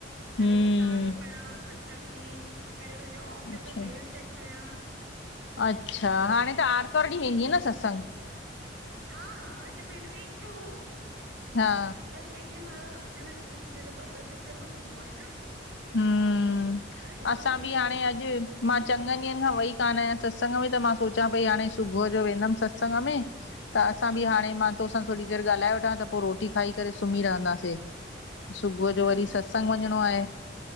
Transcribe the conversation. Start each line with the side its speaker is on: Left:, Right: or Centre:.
Left: हम्म
Right: कॾहिं किताब पढ़ां सत्संग जी कॾहिं पैंजे ऑफिस
Left: अच्छा
Right: जो मेल चेक कयां।
Left: अच्छा, हाणे त आर्तवारु ॾींहुं वेंदी न सत्संग?
Right: हा हा अॼु मिड वीक जो हो।
Left: हा।
Right: न कंहिं कैं महिल हफ़्ते में किथे किथे ॿ ॿ <unintelligible> बि थींदो आहे न।
Left: हम्,
Right: त अॼु मां
Left: असां
Right: वई
Left: बि
Right: हुयसि।
Left: हाणे अॼु मां चङनि ॾींहंनि खां वेई कान आहियां सत्संग में, त मां सोचां पई हाणे सुबुह जो वेंदमि सत्संग में त असां बि हाणे मां तोसां थोड़ी देरि ॻाल्हाए वठां त पोइ रोटी खाई करे सुम्ही रहंदासीं। सुबुह
Right: न, न
Left: जो वरी
Right: ज़रूरी
Left: सत्संग वञिणो आहे।